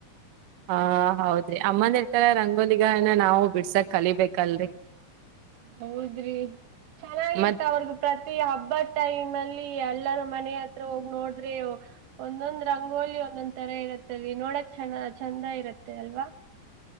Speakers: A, on the right (about 70°); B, on the right (about 85°).
A: ಹಾ ಹೌದ್ರಿ ಅಮ್ಮಂದಿರ್ ತರ ರಂಗೋಲಿನ ನಾವು ಬಿಡ್ಸಕ್ ಕಲಿಬೇಕಲ್ರಿ
B: ಹೌದ್ರಿ ಚೆನ್ನಾಗಿರ್ತ
A: ಮತ್
B: ಅವರ್ದು ಪ್ರತಿ ಹಬ್ಬದ ಟೈಮ್ ಅಲ್ಲಿ ಎಲ್ಲರ ಮನೆ ಹತ್ರ ಹೋಗಿ ನೋಡ್ರೆ ಒಂದೊಂದ್ ರಂಗೋಲಿ ಒಂದೊಂದ್ ತರ ಇರತ್ತ ರೀ ನೋಡಕ್ ಚ ಚಂದ ಇರತ್ತೆ ಅಲ್ವಾ